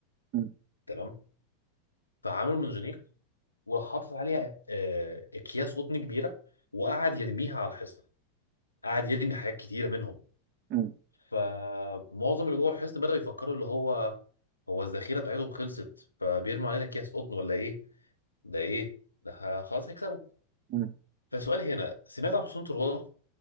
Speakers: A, on the right; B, on the left.
A: مم،
B: تمام فعملوا منجنيق وراح حاطط عليه آه، اكياس قطن كبيره وقعد يرميها على الحصن قعد يرمي حاجات كتيره منهم
A: مم،
B: فمعظم اللي جوه الحصن بداوا يفكروا اللي هو هو الذخيره بتاعتهم خلصت فبيرموا علينا اكياس قطن ولا ايه ده ايه ده ه- خلاص هيكسبوا
A: مم.
B: فسؤال هنا سمعت عن حصان طروادة